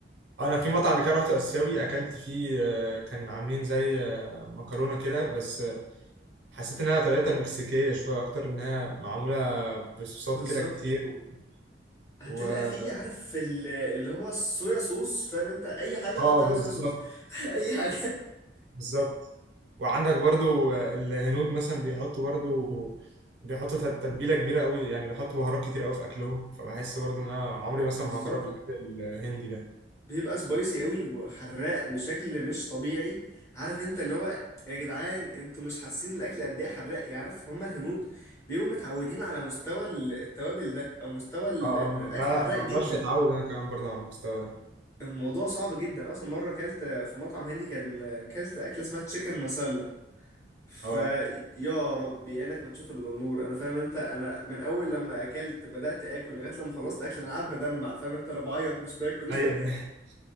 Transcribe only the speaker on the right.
آه، انا في مطعم كده رحت اسيوي اكلت فيه آه، كان عاملين زي آه، مكرونه كده بس آه، حسيت انها طريقتها مكسيكيه شويه اكتر انها معموله بصوصات
كده كتير و...
و...
اه
بالظبط
بالظبط وعندك برضو الهنود مثلا بيحطوا برضو بيحطوا تت- تتبيلة كبيرة قوي يعني بيحطوا بهارات كتير قوي في أكلهم فبحس برضو إن أنا عمري مثلا
ما هجرب الأكل الهندي ده
اه
آه،
لا
لا ما
أقدرش أتعود أنا كمان برضو على المستوى ده
اه
أيوه
<laughs>